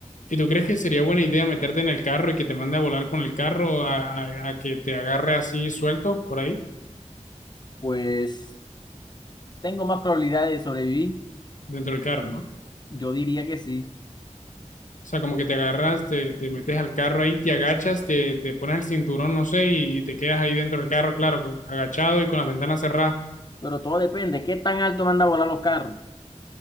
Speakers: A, on the left (about 80°); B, on the left (about 35°).
A: ¿Y tú crees que sería buena idea meterte en el carro y que te mande a volar con el carro a, a a que te agarre así suelto por ahí?
B: Pues tengo más probabilidades de sobrevivir,
A: Dentro del carro, ¿no?
B: yo diría que sí,
A: O sea, como que te agarras, te, te metes al carro ahí, te agachas, te, te pones el cinturón, no sé, y te quedas ahí dentro del carro, claro, con- agachado y con las ventanas cerradas.
B: pero todo depende, ¿qué tan alto manda a volar los carros?